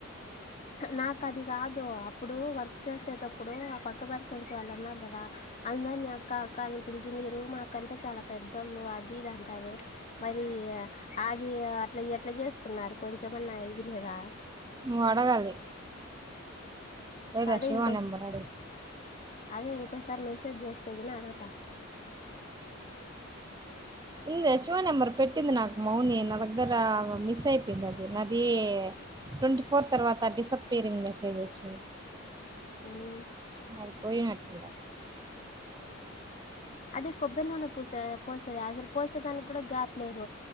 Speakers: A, on the left; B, on the right.
A: నాకు అది కాదు ఇప్పుడు వర్క్ చేసే తప్పు ఇప్పుడు ఆ పక్క పర్సన్స్ వాళ్ళు అన్నారు అందరిని అక్క అక్క అని పిలిచి మీరు మా అక్క అంటే చాలా పెద్దోళ్ళు అది ఇది అంటారు మరి అది అట్లా ఎట్లా చేసుకున్నారు కొంచమన్న ఇది లేదా
B: నువ్వు అడగాలి లేదా
A: అదే
B: శివా
A: ఇంకోస
B: నెంబర్ అడుగు
A: అదే ఇంకోసారి మెసేజ్ చేస్తేగిన అడగుతా
B: ఉంది శివ నెంబర్ పెట్టింది నాకు మౌని నా దగ్గర మిస్ అయిపోయింది అది నాది ట్వంటీ ఫోర్ తర్వాత డిసప్పరింగ్ మెసేజెస్
A: మ్మ్.
B: అది పోయి నట్టు ఉండాది
A: అదే కొబ్బరి నూనె పోసే పోసేది అసలు పోసేదానికి కూడా గ్యాప్ లేదు